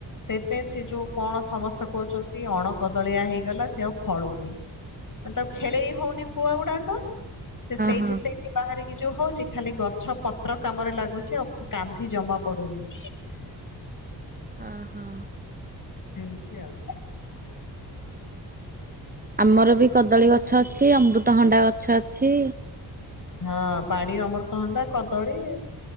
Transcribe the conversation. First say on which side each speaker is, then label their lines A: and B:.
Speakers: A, on the left; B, on the right.
A: ସେଇଥିପାଇଁ ସେ ଯୋଉ କଣ ସମସ୍ତେ କହୁଛନ୍ତି ଅଣ କଦଳିଆ ହେଇଗଲା ସେ ଆଉ ଫଳୁନି। ମାନେ ତାକୁ
B: ହଁ
A: ଖେଳେଇ ହଉନି ପୁଆ ଗୁଡାକ ସେ ସେଇଠି
B: ହଁ।
A: ସେଇ ବାହାରିକି ଯୋଉ ହଉଛି ଖାଲି ଗଛ ପତ୍ର କାମରେ ଲାଗୁଛି ଆଉ ଫ କାନ୍ଧି ଜମା ପଡୁନି।
B: ଅ ହଁ।
A: ଏମତି ଆଉ।
B: ଆମର ବି କଦଳୀ ଗଛ ଅଛି ଅମୃତଭଣ୍ଡା ଗଛ ଅଛି।
A: ହଁ ବାଡି ଅମୃତହଣ୍ଡା କଦଳୀ।